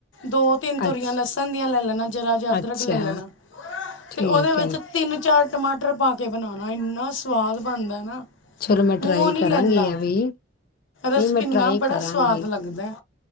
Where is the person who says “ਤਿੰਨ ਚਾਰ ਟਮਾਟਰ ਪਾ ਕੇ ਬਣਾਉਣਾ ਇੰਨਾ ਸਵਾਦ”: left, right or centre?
Left